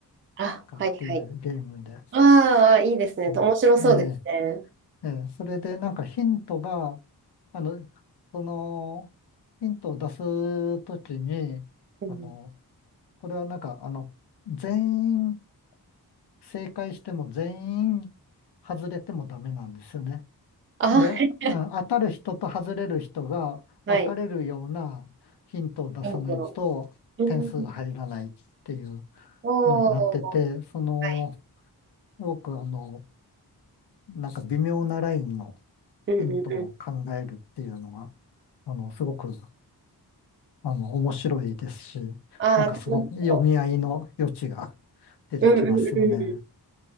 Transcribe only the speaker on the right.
あ、
はいはい。ああ、いいですね。
面白そうですね。
うん
あ、
はい。
はい。インド。うん。おー。
はい。
うんうんうん。
ああ、
楽しそ
う。うんうんうん。